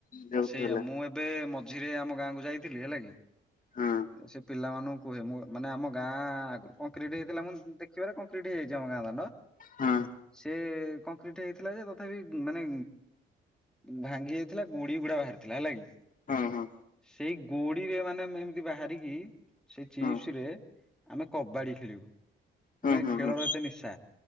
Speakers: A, on the left; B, in the centre.
A: ଯାଉଥିଲା।
B: ସେଇଆା ମୁଁ ଏବେ ମ ଝିରେ ଆମ ଗାଁକୁ ଯାଇଥିଲି ହେଲା କି
A: ହଁ
B: ସେ ପିଲାମାନୁ କୁଏ ମୁଁ ମାନେ ଆମ ଗାଁ କ କଂକ୍ରିଟି ହେଇଥିଲା ମୁଁ ଦେଖିବାରେ କଂକ୍ରିଟ୍ ହେଇଯାଇଛି ଆମ ଗାଁ ଦାଣ୍ଡ।
A: ହଁ।
B: ସେ କଂକ୍ରିଟ ହେଇଥିଲା ଯେ ତଥାପି ମାନେ ଭାଙ୍ଗି ଯାଇଥିଲା ଗୁଡି ଗୁଡା ବାହାରିଥିଲା ହେଲା କି
A: ହୁଁ ହୁଁ
B: ସେଇ ଗୋଡିରେ ମାନେ ଏମିତି ବାହାରିକି ସେଇ ଚିପ୍ସ
A: ହୁଁ
B: ରେ ଆମେ କବାଡି ଖେଳିବୁ
A: ହୁଁ
B: ମାନେ ଖେଳର
A: ହୁଁ
B: ଏତେ ନିଶା